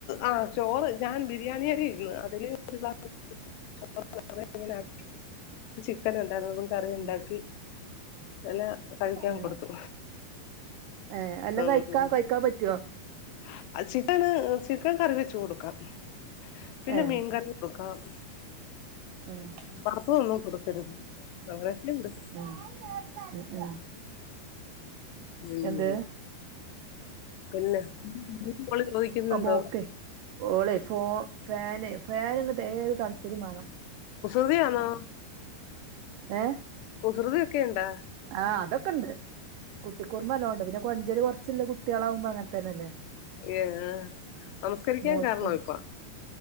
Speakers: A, on the left; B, on the right.
A: ആ ചോറ് ഞാൻ ബിരിയാണിയരി ഇരുന്നു അതിന് <unintelligible> ചിക്കാണ്ടായിരുന്നു അപ്പൊ കറി ഉണ്ടാക്കി
B: ഉം
A: എല്ലാ കഴിക്കാൻ
B: ഉം
A: കൊടുത്തു
B: ഏഹ് എല്ലാം
A: ഉം
B: കഴിക്കാ കഴിക്കാൻ പറ്റോ
A: <unintelligible> ചിക്കൻ കറി വെച്ച് കൊടുക്കാം പിന്നെ
B: ഏഹ്
A: മീൻകറി നോക്കാം
B: ഉം
A: ബാപ്പ <unintelligible> കൊടുക്കരുരുത് അങ്ങനെയൊക്കെണ്ട്
B: ആ അ
A: ഉം
B: എന്ത്
A: പിന്നെ കുപ്യാള് ചോദിക്കുന്നുണ്ടോ
B: മോക്കെ ഓളെ ഫോ ഫേനി ഫേന്ഏത് തണ്പ്പിലും വാണം
A: കുസൃതിയാണോ
B: ഏഹ്
A: കുസൃതി ഒക്കെ ഇണ്ടാ
B: ആഹ് അതൊക്കെ ഉണ്ട് കുട്ടി കുറുമ്പ്നല്ലോണ്ട് ' പിന്നെ കൊഞ്ചല് കുറച്ചില്ല കുട്ടികളകുമ്പോ അങ്ങനെ തന്നെല്ലേ
A: ഏഹ് നമസ്കരിക്കാൻ
B: മോൾത്ത
A: കാരണോ ഇപ്പ